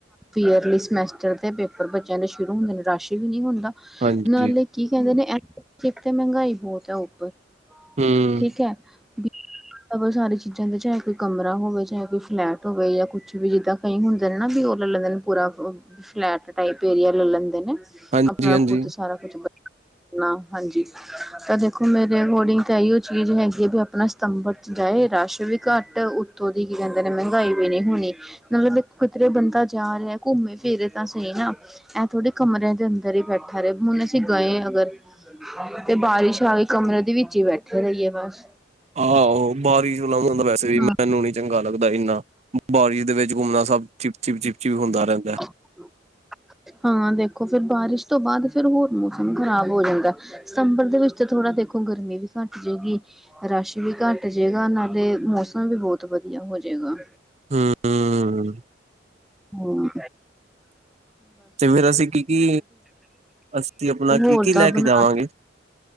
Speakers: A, in the centre; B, on the right.
A: ਈਯਰਲੀ ਸਮੈਸਟਰ ਦੇ ਪੇਪਰ ਬੱਚਿਆਂ ਦੇ ਸ਼ੁਰੂ ਹੁੰਦੇ ਨੇ, ਰਸ਼ ਵੀ ਨੀ ਹੁੰਦਾ
B: ਹਾਂਜੀ
A: ਨਾਲੇ ਕੀ ਕਹਿੰਦੇ ਨੇ ਏਕ ਤੇ ਮਹਿੰਗਾਈ ਬੋਤ ਐ ਉੱਪਰ,
B: ਹਮ
A: ਠੀਕ ਐ। <unintelligible> ਚੀਜ਼ਾਂ ਦੇ ਚਾਹੇ ਕੋਈ ਕਮਰਾ ਹੋਵੇ, ਚਾਹੇ ਕੋਈ ਫਲੈਟ ਹੋਵੇ ਯਾ ਕੁਛ ਵੀ ਜਿੱਦਾਂ ਕਈ ਹੁੰਦੇ ਨੇ ਨਾ ਵੀ ਓ ਲੈ ਲੈਂਦੇ ਨੇ ਪੂਰਾ ਫਲੈਟ ਟਾਈਪ ਏਰੀਆ ਲੈ ਲੈਂਦੇ ਨੇ,
B: ਹਾਂਜੀ
A: ਆਪਣਾ
B: ਹਾਂਜੀ
A: ਖੁੱਦ ਸਾਰਾ ਕੁਛ ਨਾ ਹਾਂਜੀ। ਤਾਂ ਦੇਖੋ ਮੇਰੇ ਅਕੋਰਡਿੰਗ ਤਾਂ ਏਈਓ ਚੀਜ਼ ਹੈਗੀ ਐ ਵੀ ਆਪਣਾ ਸਤੰਬਰ ਜਾਏ ਰਾਸ਼ ਵੀ ਘੱਟ ਉਤੋਂ ਦੀ ਕੀ ਕਹਿੰਦੇ ਨੇ, ਮਹਿੰਗਾਈ ਵੀ ਨੀ ਹੋਣੀ। ਨਾਲੇ ਦੇਖੋ ਕਿਧਰੇ ਬੰਦਾ ਜਾ ਰਿਹਾ ਘੁੰਮੇ ਫਿਰੇ ਤਾਂ ਸਈ ਨਾ। ਐ ਥੋੜੀ ਕਮਰਿਆਂ ਦੇ ਅੰਦਰ ਹੀ ਬੈਠਾ ਰਹੇ, ਹੁਨ ਅਸੀਂ ਗਏ ਅਗਰ ਤੇ ਬਾਰਿਸ਼ ਆ ਗਈ ਕਮਰੇ ਦੇ ਵਿੱਚ ਹੀ ਬੈਠੇ ਰਹੀਏ ਬਸ।
B: ਆਹੋ ਬਾਰਿਸ਼ ਵਾਲਾ ਮੌਸਮ ਵੈਸੇ ਵੀ ਮੈਨੂੰ
A: ਹਾਂ
B: ਨੀ ਚੰਗਾ ਲੱਗਦਾ ਇੰਨਾ। ਬਾਰਿਸ਼ ਦੇ ਵਿੱਚ ਘੁੰਮਣਾ ਸਭ ਚਿਪਚਿਪ-ਚਿਪਚਿਪ ਹੁੰਦਾ ਰਹਿੰਦਾ।
A: <inaudible> ਹਾਂ ਦੇਖੋ ਫਿਰ ਬਾਰਿਸ਼ ਤੋਂ ਬਾਦ ਫਿਰ ਹੋਰ ਮੌਸਮ ਖ਼ਰਾਬ ਹੋ ਜਾਂਦਾ। ਸਤੰਬਰ ਦੇ ਵਿੱਚ ਤੇ ਥੋੜਾ ਦੇਖੋ ਗਰਮੀ ਵੀ ਘੱਟ ਜੇਗੀ। ਰਸ਼ ਵੀ ਘੱਟ ਜੇਗਾ ਨਾਲੇ ਮੌਸਮ ਵੀ ਬੋਤ ਵਧੀਆ ਹੋ ਜੇਗਾ।
B: ਹੂੰ
A: ਹੋਰ,
B: ਤੇ ਫਿਰ ਅਸੀਂ ਕੀ -ਕੀ ਅਸੀਂ ਆਪਣਾ
A: ਹੋਰ
B: ਕੀ -ਕੀ ਲੈ
A: ਦਾ ਬਣਾ
B: ਕੇ ਜਾਵਾਂਗੇ?